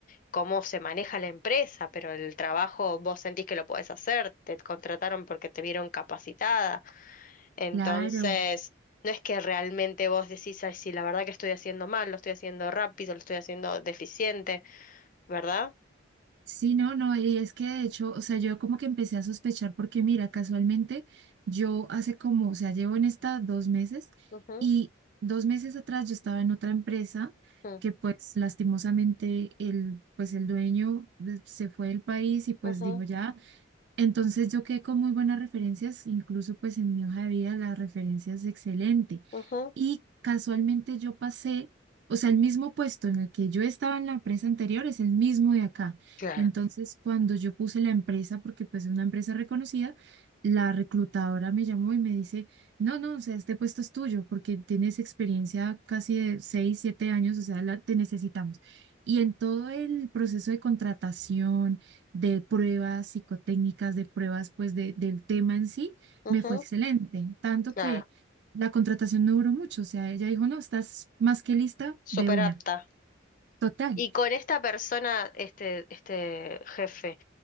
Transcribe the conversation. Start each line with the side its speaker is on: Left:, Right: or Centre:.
Left: cómo se maneja la empresa, pero el trabajo vos sentís que lo podés hacer, te contrataron porque te vieron capacitada. Entonces,
Right: Claro.
Left: no es que realmente vos decís, ay, sí, la verdad que estoy haciendo mal, lo estoy haciendo rápido, lo estoy haciendo deficiente, ¿verdad?
Right: Sí, no, no, y es que de hecho, o sea, yo como que empecé a sospechar porque mira, casualmente yo hace como, o sea, llevo en esta dos meses
Left: Ujú,
Right: y dos meses atrás yo estaba en otra empresa
Left: mm,
Right: que pues lastimosamente el, pues el dueño de- se fue del país y pues
Left: ujú,
Right: dijo ya, Entonces yo quedé con muy buenas referencias, incluso pues en mi hoja de vida la referencia es excelente.
Left: ujú.
Right: Y casualmente yo pasé, o sea, el mismo puesto en el que yo estaba en la empresa anterior es el mismo de acá.
Left: Claro.
Right: Entonces cuando yo puse la empresa, porque pues es una empresa reconocida, la reclutadora me llamó y me dice, no, no, o sea, este puesto es tuyo porque tienes experiencia casi de 6, 7 años, o sea, la, te necesitamos. Y en todo el proceso de contratación de pruebas psicotécnicas, de pruebas pues de- del tema en sí, me
Left: Ujú,
Right: fue excelente, tanto
Left: claro,
Right: que la contratación no duró mucho, o sea, ella dijo, no, estás más que lista
Left: súper
Right: de una,
Left: apta.
Right: total.
Left: Y con esta persona, este, este jefe,